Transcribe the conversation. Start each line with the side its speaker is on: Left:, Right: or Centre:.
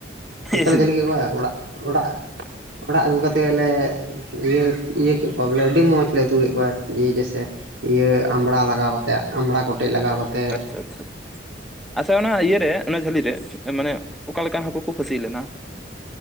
Right: ᱡᱚᱛᱚᱞᱮ
Centre: ᱦᱮᱸ
Right: ᱡᱷᱟᱹᱞᱤ ᱠᱮᱫ ᱠᱚᱣᱟ, ᱚᱲᱟᱜ ᱚᱲᱟᱜ ᱚᱲᱟᱜ ᱟᱹᱜᱩ ᱠᱟᱛᱮᱫ ᱞᱮ ᱤᱭᱟᱹ ᱤᱭᱟᱹ ᱠᱮᱫ ᱠᱚᱣᱟ, ᱵᱚᱞᱮ ᱟᱹᱰᱤ ᱢᱚᱸᱡᱽ ᱞᱮ ᱩᱛᱩ ᱠᱮᱫ ᱠᱚᱣᱟ᱾ ᱤᱭᱟᱹ ᱡᱮᱥᱮ ᱤᱭᱟᱹ ᱟᱢᱵᱽᱲᱟ ᱞᱟᱜᱟᱣ ᱠᱟᱛᱮ, ᱟᱢᱵᱽᱲᱟ ᱠᱚᱴᱮᱡ ᱞᱟᱜᱟᱣ ᱠᱟᱛᱮᱫ᱾
Centre: <unintelligible> ᱟᱪᱪᱷᱟ ᱚᱱᱟ ᱤᱭᱟᱹ ᱨᱮ ᱚᱱᱟ ᱡᱷᱟᱹᱞᱤ ᱨᱮ ᱢᱟᱱᱮ ᱚᱠᱟ ᱞᱮᱠᱟᱱ ᱦᱟᱹᱠᱩ ᱠᱚ ᱯᱟᱹᱥᱤ ᱞᱮᱱᱟ?